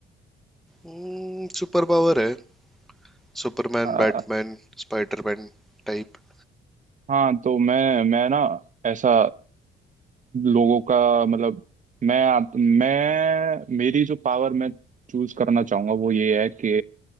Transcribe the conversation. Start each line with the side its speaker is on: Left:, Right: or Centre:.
Centre: हम्म, सुपर पावर है Superman
Right: आह,
Centre: Batman Spiderman type
Right: हाँ तो मैं मैं ना ऐसा लोगों का मतलब मैं आप- मैं मेरी जो पावर मैं चूज करना चाहूंगा वो ये है कि